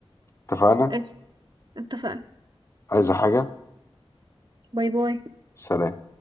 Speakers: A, on the left; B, on the right.
A: اتفقنا
B: قشطة اتفقنا
A: عايزه حاجه
B: باي باي
A: سلام